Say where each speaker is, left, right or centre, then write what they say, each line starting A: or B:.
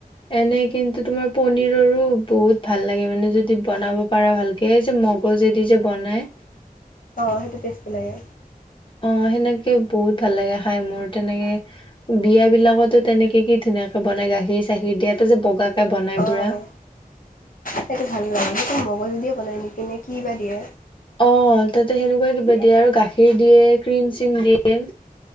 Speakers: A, on the left (about 35°); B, on the left (about 65°).
A: এনে কিন্তু তোমাৰ পনীৰৰো বহুত ভাল লাগে মানে যদি বনাব পাৰা ভালকে যে মগজেদি যে বনাই
B: অ সেইটো টেষ্টি লাগে
A: অ সেনেকে বহুত ভাল লাগে খাই মোৰ তেনেকে বিয়া বিলাকতো তেনেকে কি ধুনীয়াকে বনাই গাখীৰ চাখীৰ দিয়া যে বগাাকে বনাই
B: অঁ
A: পুৰা
B: সেইটো ভাল লাগে সেইটো মগজদিয়ে বনাই নেকিনে কি বা দিয়ে
A: অ তাতে সেনেকোৱাই কিবা দিয়ে আৰু গাখীৰ দিয়ে ক্ৰীম চিম দিয়ে